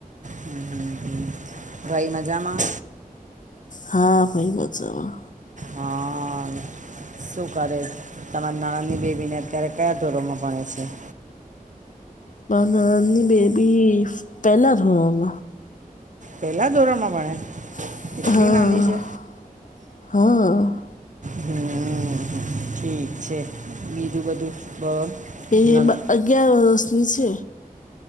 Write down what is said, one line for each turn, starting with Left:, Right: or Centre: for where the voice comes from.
Right: હમ, હમ. ભાઈ મજામાં
Left: હા ભાઈ મજામાં
Right: હા શું કરે તમારા નાનાંની બેબીને અત્યારે કયા ધોરોણમાં ભણે છે
Left: મા નાની બેબી પહેલા ધમાં
Right: પેલા ધોરણમાં ભણે
Left: હા
Right: એટલી નાની છે
Left: હા
Right: હમ ઠીક છે બીજું બધું બ
Left: એ
Right: નવી
Left: અગિયાર વર્ષની છે